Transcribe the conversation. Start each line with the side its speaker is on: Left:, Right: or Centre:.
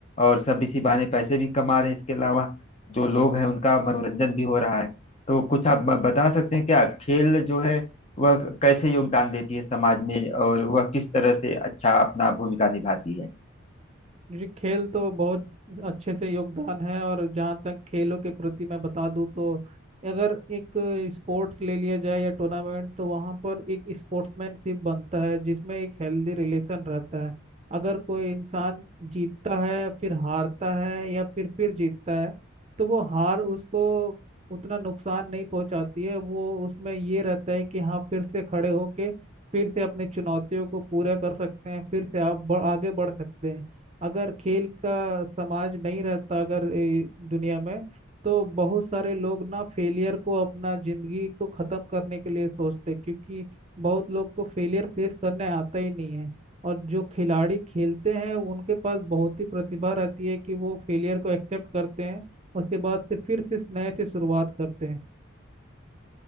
Left: और सब इसी बहाने पैसे भी कमा रहे हैं इसके अलावा जो लोग हैं उनका मनोरंजन भी हो रहा है तो कुछ आप ब- बता सकते हैं क्या खेल जो है वह कैसे योगदान देती है समाज में और वह किस तरह से अच्छा अपना भूमिका निभाती है
Right: जी खेल तो बहुत अच्छे से योगदान है और जहाँ तक खेलों के प्रति मैं बता दूँ तो अगर एक स्पोर्ट्स ले लिया जाए या टूर्नामेंट तो वहाँ पर एक स्पोर्ट्समैनशिप बनता है जिसमें एक हेल्दी रिलेशन रहता है अगर कोई इंसान जीतता है फिर हारता है या फिर फिर जीतता है तो वो हार उसको उतना नुकसान नहीं पहुंचाती है वो उसमें ये रहता है कि हाँ फिर से खड़े होके फिर से अपनी चुनौतियों को पूरा कर सकते हैं फिर से आप ब- आगे बढ़ सकते हैं अगर खेल का समाज नहीं रहता अगर ए, दुनिया में तो बहुत सारे लोग ना फेलियर को अपना जिंदगी को खत्म करने के लिए सोचते क्योंकि बहुत लोग को फेलियर फेस करने आता ही नहीं है और जो खिलाड़ी खेलते हैं उनके पास बहुत ही प्रतिभा रहती है कि वो फेलियर को एक्सेप्ट करते हैं उसके बाद से फिर से इस नए से शुरुआत करते हैं